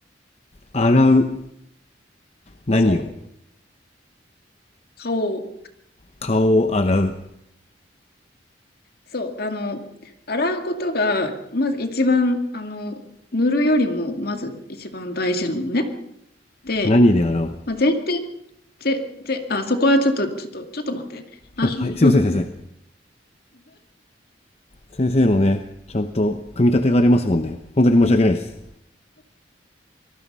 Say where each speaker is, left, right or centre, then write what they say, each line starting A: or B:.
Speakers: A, on the left; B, on the left.
A: 洗う。何を
B: そう、顔を。
A: 顔を洗う。
B: そう、あの、洗うことが、まず一番、あの、塗るよりも、まず一番大事なのね。で、
A: 何で洗うの
B: まあ、前提ぜ、ぜ、あ、そこはちょっと、ちょっと、ちょっと待って。あ、
A: あ、
B: <laughs>
A: はい。すいません、先生。先生のね、ちゃんと組み立てがありますもんね。本当に申し訳ないです。